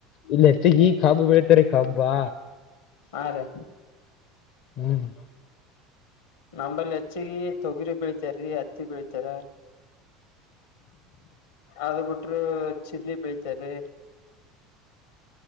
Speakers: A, on the left; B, on the left.
A: ಇಲ್ಲಿ ಹೆಚ್ಚಿಗೆ ಈ ಕಬ್ಬಾ ಬೆಳಿತಾರ ಕಬ್ಬಾ
B: ಹಾ ರೀ
A: ಹ್ಮ್
B: ನಂಬಲ್ಲಿ ಹೆಚ್ಚಗ ತೊಗರಿ ಬೆಳಿತಾರೀ ಹತ್ತಿ ಬೆಳಿತಾರ ಅದ ಬಿಟ್ರ ಚಿಲ್ಲಿ ಬೆಳತರಿ